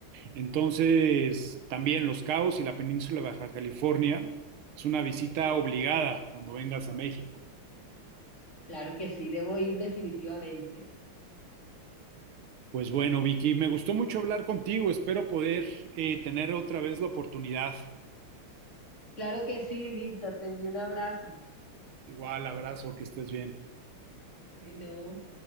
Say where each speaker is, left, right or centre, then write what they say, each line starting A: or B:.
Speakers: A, on the right; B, on the left.
A: Entonces, también Los Cabos y la península de Baja California es una visita obligada cuando vengas a México.
B: Claro que sí, debo ir definitivamente.
A: Pues bueno, Vicky, me gustó mucho hablar contigo. Espero poder eh, tener otra vez la oportunidad.
B: Claro que sí, Víctor, te envío un abrazo.
A: Igual, abrazo, que estés bien.
B: Bueno.